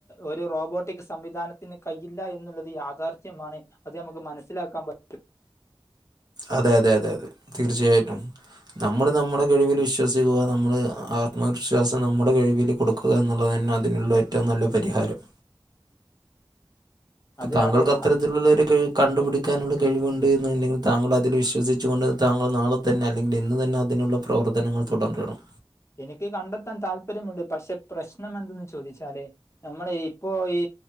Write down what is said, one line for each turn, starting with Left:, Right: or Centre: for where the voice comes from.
Left: ഒരു റോബോട്ടിക് സംവിധാനത്തിന് കയ്യില്ല എന്നുള്ളത് യാഥാർത്ഥ്യമാണ് അത് നമുക്ക് മനസ്സിലാക്കാൻ പറ്റ്
Right: അതെ അതെ അതെ അതെ തീർച്ചയായിട്ടും നമ്മള് നമ്മുടെ കഴിവില് വിശ്വസിക്കുക നമ്മള് ആത്മവിശ്വാസം നമ്മുടെ കഴിവിൽ കൊടുക്ക ക്കുക എന്നുള്ളത് തന്നെ അതിനുള്ള ഏറ്റവും നല്ല പരിഹാരം
Left: അതെ
Right: താങ്കൾക്ക്
Left: അതെ
Right: അത്തരത്തിലുള്ളൊരു
Left: ത
Right: കഴിവ് കണ്ടുപിടിക്കാനുള്ള കഴിവുണ്ട്ന്ന്ണ്ടെങ്കിൽ താങ്കൾ അതിൽ വിശ്വസിച്ചു കൊണ്ട് താങ്കൾ നാളെ തന്നെ അല്ലെങ്കിൽ ഇന്ന് തന്നെ അതിനുള്ള പ്രവർത്തനങ്ങൾ തുടരണം
Left: എനിക്ക് കണ്ടെത്താൻ താല്പര്യമുണ്ട് പക്ഷെ പ്രശ്നം എന്തെന്ന് ചോദിച്ചാല് നമ്മൾ ഇപ്പോ ഈ